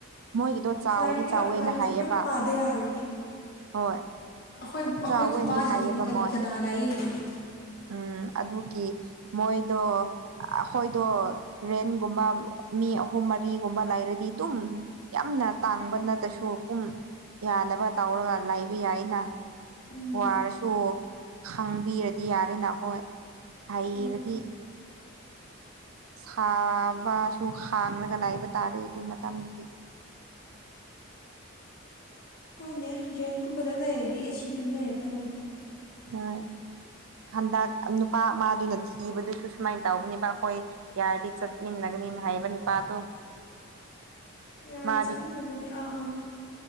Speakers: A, on the right (about 80°); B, on the left (about 45°).
A: ꯃꯣꯏꯒꯤꯗꯣ ꯆꯥꯎꯗꯤ
B: ꯑꯁ ꯂꯥꯏꯔꯤꯛ
A: ꯆꯥꯎꯋꯦꯅ
B: ꯌꯥ ꯂꯥꯏꯔꯤꯛꯁꯨ
A: ꯍꯥꯏꯌꯦꯕ
B: ꯈꯔ ꯄꯥꯗ ꯌꯥꯔꯣꯏꯅꯦ
A: ꯍꯣꯏ
B: ꯑꯈꯣꯏ
A: ꯆꯥꯎꯋꯦꯅꯗꯤ
B: ꯑꯈꯣꯏ ꯈꯨꯄꯥꯁꯤꯗꯗꯤ
A: ꯍꯥꯏꯌꯦꯕ
B: ꯀꯔꯤ
A: ꯃꯣꯏ
B: ꯀꯅꯥ ꯂꯥꯏꯌꯦꯡꯗꯣꯏꯅꯣ
A: ꯎꯝ ꯑꯗꯨꯒꯤ ꯃꯣꯏꯗꯣ ꯑꯈꯣꯏꯗꯣ ꯔꯦꯟꯒꯨꯝꯕ ꯃꯤ ꯑꯍꯨꯝ ꯃꯔꯤꯒꯨꯝꯕ ꯂꯩꯔꯗꯤ ꯑꯗꯨꯝ ꯌꯥꯝꯅ ꯇꯥꯡꯕ ꯅꯠꯇ꯭ꯔꯁꯨ ꯀꯨꯝ ꯌꯥꯅꯕ ꯇꯧꯔꯒ ꯂꯩꯥꯕ ꯌꯥꯏꯅ
B: ꯎꯝ
A: ꯋꯥꯔꯁꯨ ꯈꯪꯕꯤꯔꯗꯤ ꯌꯥꯔꯦꯅ ꯈꯣꯏ ꯍꯩꯔꯗꯤ
B: ꯍꯣꯏ
A: ꯁꯥꯕꯁꯨ ꯈꯥꯡꯂꯒ ꯂꯩꯕ ꯇꯥꯔꯦ ꯑꯗꯨ ꯃꯇꯝꯗꯗꯤ
B: ꯀꯣꯏꯅꯦ ꯔꯦꯟꯠꯀꯨꯝꯕꯗ ꯂꯩꯔꯗꯤ ꯑꯦꯁꯤ ꯑꯗꯨꯝ ꯂꯩꯔꯗꯧꯅꯤꯗ
A: ꯍꯣꯏ ꯍꯟꯗꯛ ꯅꯨꯄꯥ ꯑꯃꯗꯨꯅ ꯊꯤꯕꯗꯨꯁꯨ ꯁꯨꯃꯥꯏ ꯇꯧꯕꯅꯦꯕ ꯑꯈꯣꯏ ꯌꯥꯔꯗꯤ ꯆꯠꯃꯤꯟꯅꯒꯅꯤꯅ ꯍꯥꯏꯕ ꯅꯨꯄꯥꯗꯣ
B: ꯌꯥꯔꯗꯤ
A: ꯃꯥꯗꯤ
B: ꯆꯠꯃꯤꯟꯅꯒꯅꯤ ꯑꯥ ꯑꯥ